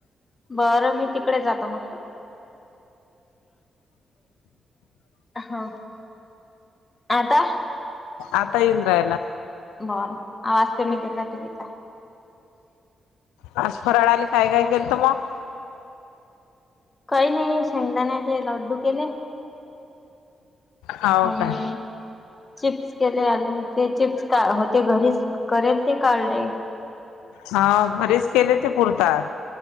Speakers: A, on the left (about 30°); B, on the left (about 85°).
A: बरं मी तिकडे जातो मग. हां आता?
B: आता येऊन राहिला.
A: बर आवाज कमी केला टीव्हीचा.
B: आज फराळाले काय काय केलंत मग?
A: काही नाही शेंगदाण्याचे लड्डू केले. <unintelligible>
B: हाव काय
A: चिप्स केले आलू ते चिप्स का होते घरीच करेल ते काढले.
B: हाव घरीच केले ते पुरतात.